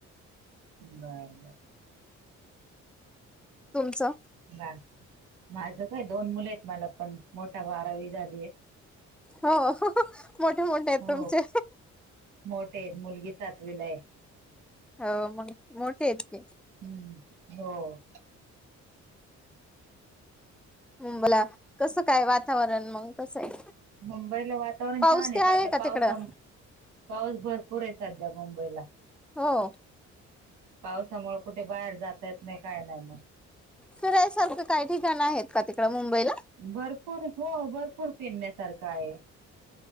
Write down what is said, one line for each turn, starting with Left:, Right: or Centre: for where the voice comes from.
Right: नाय नाय.
Centre: तुमचं?
Right: बा माझं काय दोन मुले आहेत मला पण. मोठा बारावी झालीय.
Centre: हो. मोठे मोठे आहेत
Right: हो
Centre: तुमचे
Right: मोठेत. मुलगी सातवीला आहे.
Centre: हो, मग मोठेत की.
Right: हं. हो.
Centre: अं बोला, कसं काय वातावरण मग कसं आहे?
Right: मुंबईला वातावरण
Centre: पाऊस
Right: छान आहे.
Centre: ते
Right: सध्या
Centre: का
Right: पावसा
Centre: तिकडं
Right: पाऊस भरपूर आहे सध्या मुंबईला.
Centre: हो.
Right: पावसामुळे कुठे बाहेर जात येत नाही. काय नाही मग.
Centre: फिरायसारखं काही ठिकाण आहेत का तिकडं मुंबईला?
Right: भरपूर. हो, भरपूर पिरण्यासारखा आहे.